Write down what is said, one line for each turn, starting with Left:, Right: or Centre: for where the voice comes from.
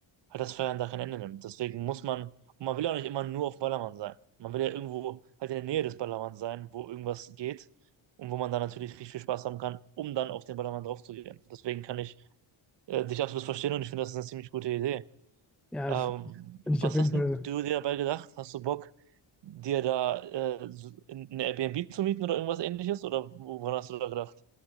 Right: halt das Feiern da kein Ende nimmt. Deswegen muss man, und man will ja auch nicht immer nur auf Ballermann sein. Man will ja irgendwo halt in der Nähe des Ballermanns sein, wo irgendwas geht und wo man dann natürlich richtig viel Spaß haben kann, um dann auf den Ballermann draufzugehen. Deswegen kann ich äh, dich absolut verstehen und ich finde, das ist eine ziemlich gute Idee.
Centre: Ja,
Right: Ähm,
Centre: bin
Right: was
Centre: ich auf jeden
Right: hast
Centre: Fall.
Right: denn du dir dabei gedacht? Hast du Bock, dir da äh, so in- eine Airbnb zu mieten oder irgendwas ähnliches? Oder wo- woran hast du da gedacht?